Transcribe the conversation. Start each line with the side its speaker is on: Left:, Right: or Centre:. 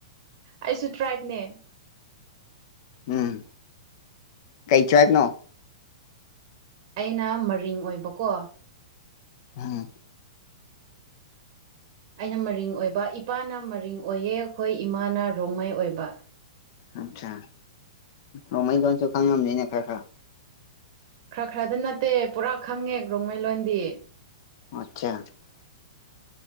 Right: ꯑꯩꯁꯨ ꯇ꯭ꯔꯥꯏꯕꯅꯦ
Left: ꯎꯝ ꯀꯩ ꯇꯔꯥꯏꯕ ꯅꯣ
Right: ꯑꯩꯅ ꯃꯔꯤꯡ ꯑꯣꯏꯕꯀꯣ
Left: ꯎꯝ
Right: ꯑꯩꯅ ꯃꯔꯤꯡ ꯑꯣꯏꯕ ꯏꯄꯥꯅ ꯃꯔꯤꯡ ꯑꯣꯏꯌꯦ ꯑꯩꯈꯣꯏ ꯏꯃꯥꯅ ꯔꯣꯡꯃꯥꯏ ꯑꯣꯏꯕ
Left: ꯑꯆꯥꯥ ꯔꯣꯡꯃꯩ ꯂꯣꯟꯁꯨ ꯈꯪꯉꯝꯅꯤꯅꯦ ꯈꯔ ꯈꯔ
Right: ꯈꯔ ꯈꯔꯗ ꯅꯠꯇꯦ ꯄꯨꯔꯥ ꯈꯪꯉꯦ ꯔꯣꯡꯃꯩ ꯂꯣꯟꯗꯤ
Left: <unintelligible>